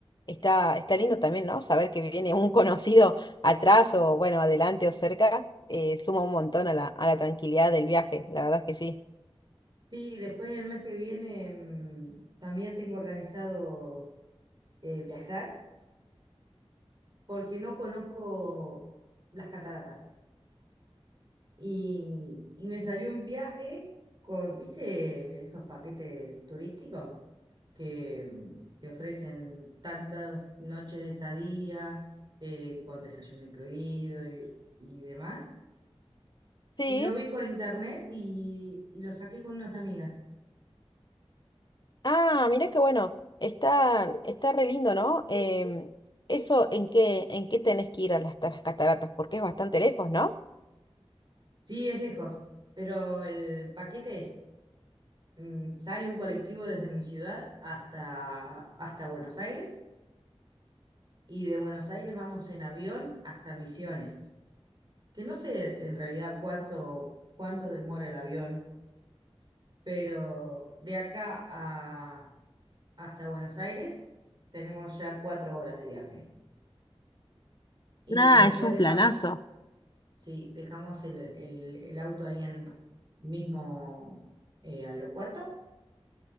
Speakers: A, on the left; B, on the right.
A: está, está lindo también, ¿no? Saber que viene un <laughs> conocido atrás o, bueno, adelante o cerca, eh, suma un montón a la, a la tranquilidad del viaje. La verdad es que sí.
B: Sí, después el mes que viene mm, también tengo organizado eh, viajar porque no conozco las cataratas. Y, y me salió un viaje con, ¿viste esos paquetes turísticos que mm, te ofrecen tantas noches de estadía, eh, con desayuno incluido y y demás?
A: Sí.
B: Y lo vi por internet y, y lo saqué con unas amigas.
A: Ah, mira qué bueno. Está, está re lindo, ¿no? Em, eso, ¿en qué, en qué tenés que ir a las, a las cataratas? Porque es bastante lejos, ¿no?
B: Sí, es lejos, pero el paquete es, mm, sale un colectivo desde mi ciudad hasta, hasta Buenos Aires y de Buenos Aires vamos en avión hasta Misiones, que no sé en realidad cuánto, cuánto demora el avión, pero de acá a, hasta Buenos Aires tenemos ya cuatro horas de viaje. Y
A: Nada,
B: después
A: es un
B: dejamos
A: planazo.
B: Sí, dejamos el, el- el auto ahí en el mismo eh, aeropuerto